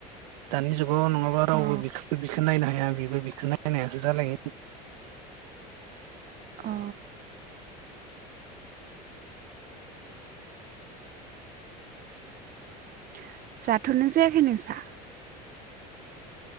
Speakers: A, on the right; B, on the right.
A: दानि जुग - <unintelligible> नङाबा रावबो
B: औ
A: बिखोबो बिखो नायनो हाय बेबा बेबो बिखो नायनोहालायासो जालायो
B: औ <inaudible> जाथनो जायाखै नोंसा?